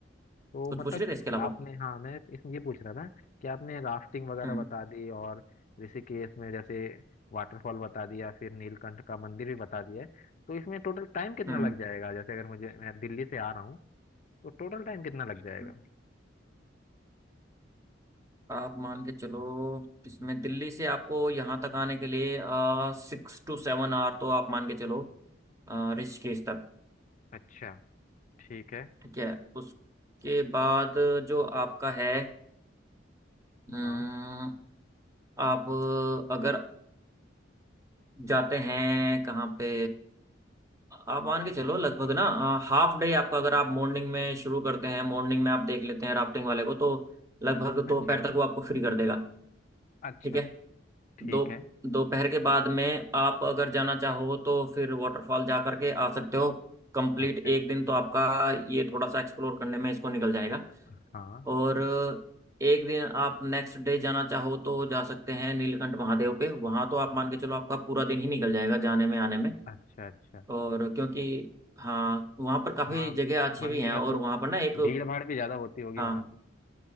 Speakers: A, on the left; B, on the right.
A: तो
B: कुछ
A: मतलब
B: पूछ रहे थे इसके अलावा
A: आपने हाँ मैं इसमें ये पूछ रहा था कि आपने राफ्टिंग वगैरह
B: हम्म
A: बता दी और ऋषिकेश में जैसे वाटरफॉल बता दिया फिर नीलकंठ का मंदिर भी बता दिया है तो इसमें टोटल टाइम कितना
B: हम्म
A: लग जाएगा जैसे अगर मुझे मैं दिल्ली से आ रहा हूँ तो टोटल टाइम कितना लग जाएगा
B: हम्म। आप मान के चलो इसमें दिल्ली से आपको यहाँ तक आने के लिए सिक्स टू सेवन आवर तो आप मान के चलो अ, ऋषिकेश तक
A: अच्छा ठीक है
B: ठीक है उसके बाद जो आपका है अम,
A: हाँ
B: आप अगर जाते हैं कहाँ पे आप मान के चलो लगभग ना हाफ डे आपका अगर आप मॉर्निंग में शुरू करते हैं मॉर्निंग में आप देख लेते हैं राफ्टिंग वाले को तो लगभग दोपहर
A: अच्छा
B: तक वो आपको फ्री कर देगा
A: अच्छा
B: ठीक है
A: ठीक
B: दो
A: है
B: दोपहर के बाद में आप अगर जाना चाहो तो फिर वाटरफॉल जा करके आ सकते हो कंप्लीट
A: अच्छा
B: एक दिन तो आपका ये थोड़ा सा एक्सप्लोर करने में इसको निकल जाएगा
A: हाँ
B: और एक दिन आप नेक्स्ट डे जाना चाहो तो जा सकते हैं नीलकंठ महादेव पे वहां तो आप मान के चलो आपका पूरा दिन ही निकल जाएगा जाने में आने में
A: अच्छा अच्छा
B: और क्योंकि हाँ वहाँ पर काफी
A: हाँ
B: जगह अच्छी
A: मंदिर
B: भी हैं और
A: है तो
B: वहाँ पर ना एक
A: भीड़ भाड़ भी ज्यादा होती होगी
B: हाँ
A: वहां पे